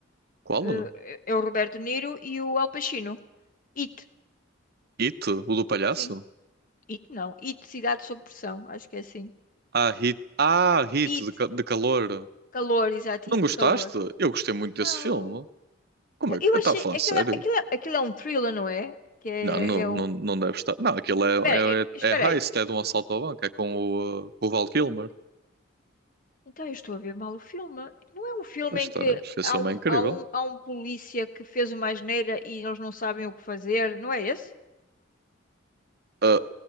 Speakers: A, on the right; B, on the left.
A: Qual?
B: eh, é o Roberto Niro e o Al Pacino. It,
A: Hito, o do palhaço?
B: sim. It não. It, Cidade sob Pressão, acho que é assim.
A: Ah, Hit, ah, Hit
B: It.
A: de, ca- de calor.
B: Calor, exato,
A: Não
B: e
A: gostaste?
B: de calor.
A: Eu gostei muito desse
B: Não.
A: filme. Como
B: Eu,
A: é
B: eu
A: que. Está
B: achei.
A: a falar
B: Aquilo,
A: sério?
B: é- aquilo, é- aquilo é um thriller, não é? Que é,
A: Não, não,
B: é
A: não,
B: um.
A: não deve estar. Não, aquilo é,
B: Espera aí, espera
A: é, é é
B: aí.
A: heist, é de um assalto ao banco, é com o, uh, com o Val Kilmer.
B: En- Então eu estou a ver mal o filme. Não é um filme
A: Pois
B: em
A: está,
B: que
A: esse
B: há
A: filme
B: um,
A: é incrível.
B: há um, há um polícia que fez uma asneira e eles não sabem o que fazer, não é esse?
A: Ah,